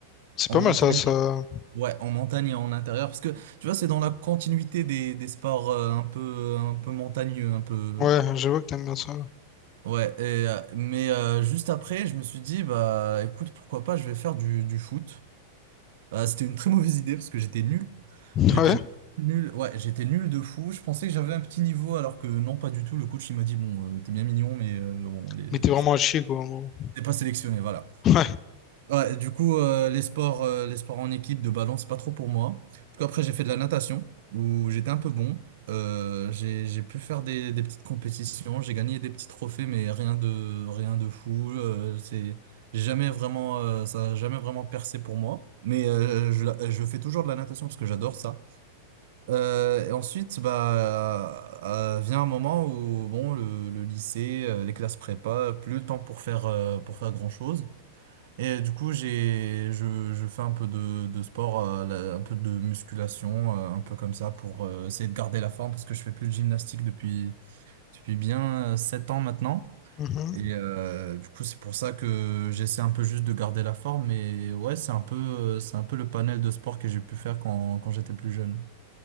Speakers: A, on the left; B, on the right.
A: c'est
B: en
A: pas
B: montagne.
A: mal ça, ça.
B: Ouais, en montagne et en intérieur parce que tu vois, c'est dans la continuité des, des sports euh, un peu, un peu montagneux, un peu.
A: Ouais, je vois que t'aimes bien ça.
B: Ouais, et, euh, mais euh, juste après, je me suis dit, bah écoute, pourquoi pas, je vais faire du, du foot. Euh, c'était une très mauvaise idée parce que j'étais nul.
A: <laughs>
B: J'étais
A: Ouais,
B: nul, ouais, j'étais nul de fou. Je pensais que j'avais un petit niveau, alors que non, pas du tout. Le coach, il m'a dit, bon, euh, t'es bien mignon, mais euh, bon, les-
A: mais t'es vraiment à chier quoi, en gros.
B: t'es pas sélectionné, voilà.
A: <laughs>
B: Ouais, du coup, euh, les sports, euh, les sports en équipe de balance, c'est pas trop pour moi. Du coup, après, j'ai fait de la natation, où j'étais un peu bon. Euh, j'ai, j'ai pu faire des, des petites compétitions, j'ai gagné des petits trophées, mais rien de, rien de fou. Euh, c'est, j'ai jamais vraiment, euh, ça a jamais vraiment percé pour moi. Mais euh, je, la- je fais toujours de la natation parce que j'adore ça. Euh, et ensuite, bah, euh, vient un moment où bon, le, le lycée, euh, les classes prépa, plus le temps pour faire, euh, pour faire grand-chose. Et du coup, j'ai, je, je fais un peu de, de sport, euh, la- un peu de musculation, euh, un peu comme ça, pour euh, essayer de garder la forme, parce que je fais plus de gymnastique depuis, depuis bien euh, 7 ans maintenant.
A: Ouais. Mhm.
B: Et euh, du coup, c'est pour ça que j'essaie un peu juste de garder la forme. Mais ouais, c'est un peu, euh, c'est un peu le panel de sport que j'ai pu faire quand, quand j'étais plus jeune.